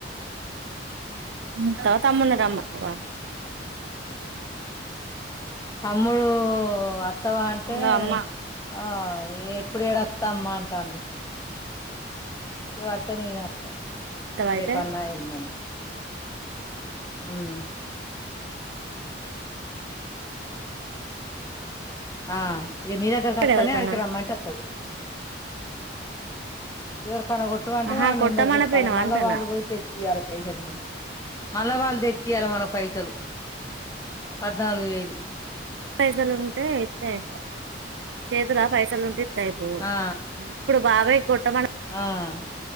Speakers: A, on the right; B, on the left.
A: ఉంటవ తమ్మున్ని రమ్మంటావా
B: తమ్ముడు అత్తవ అంటే
A: ఇంగ అమ్మ
B: ఆ ఇప్పుడు ఏడవస్తా అమ్మ అంటాడు ఇగ అత్త నేను అత్త
A: వత్తవా
B: రేపు
A: అయితే
B: అన్న ఎల్లుండన్న ఉమ్ ఆ ఇగ నీ దగ్గరికాత్తనే
A: ఎవలికన్నా
B: ఆడికి రమ్మంటే అత్ ఇవర్ కన కొ ట్టు మంటే
A: ఆహా
B: వాళ్ళ
A: కొడతామనపోయినవా
B: నెంబర్ చెప్పాలే మళ్ళ
A: అంటన్నా
B: వాళ్ళు పోయి తెచ్చియాలి పైసలు మ మళ్ళా వాళ్ళు దెచ్చియాలే మన పైసలు పద్నాలుగు వేలు
A: పైసలు ఉంటే ఇత్తే అయిపోవ్ చేతుల పైసలు ఉంటే ఇత్తే అయిపోవ్
B: ఆ
A: ఇప్పుడు బాబాయ్ కొట్టమన
B: ఆ